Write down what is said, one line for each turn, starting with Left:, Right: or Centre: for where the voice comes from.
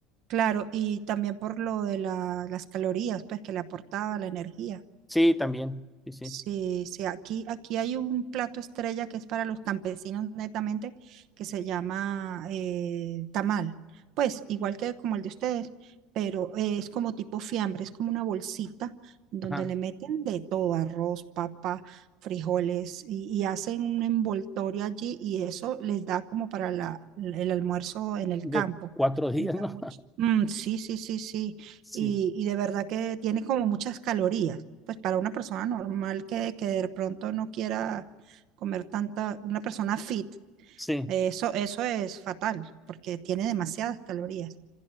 Right: claro. Y también por lo de la- las calorías, pues que le aportaba la energía.
Centre: Sí, también. Sí, sí.
Right: Sí, sí, aquí, aquí hay un plato estrella que es para los campesinos netamente, que se llama eh, tamal. Pues igual que como el de ustedes, pero eh, es como tipo fiambre, es como una bolsita donde
Centre: Ajá.
Right: le meten de todo, arroz, papa, frijoles, y, y hacen un envoltorio allí y eso les da como para la- el almuerzo en el
Centre: De
Right: campo.
Centre: cuatro días,
Right: Les da
Centre: ¿no?
Right: mucho.
Centre: <laughs>
Right: Mm, sí, sí, sí, sí.
Centre: Sí,
Right: Y, y de verdad que tiene como muchas calorías pues para una persona normal que, que de pronto no quiera comer tanta, una persona fit,
Centre: sí.
Right: eso, eso es fatal porque tiene demasiadas calorías.